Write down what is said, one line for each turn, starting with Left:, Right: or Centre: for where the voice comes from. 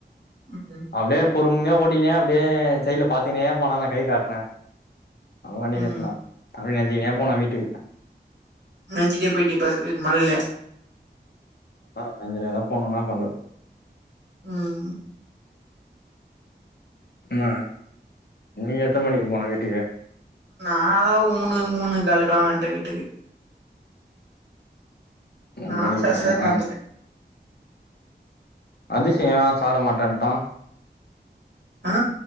Right: ம்
Left: அப்டியே பொறுமையா ஓட்டினே அப்டியே சைட்ல பாத்தினே போனா நா கை காட்ன அவ வண்டி
Right: ம்
Left: நி அப்டியே நஞ்சினே போன வீட்டுக்கு
Right: நஞ்சிட்டே போயிட்டியா பஸ் மழ்ல
Left: அ நஞ்சினேதா போனே இன்னா பண்றது
Right: ம்
Left: ம் அ நீ எத்தன மணிக் போன வீட்டுக்கு
Right: நா மூணு மூணே காலுக்லா வந்ட்ட வீட்டுக்கு
Left: மூணு
Right: நா
Left: மணிக்கு
Right: சர
Left: போனியா
Right: சரன் நடந்துட்டே
Left: அதிசு ஏ சாப்ட மாட்டன்டா
Right: அ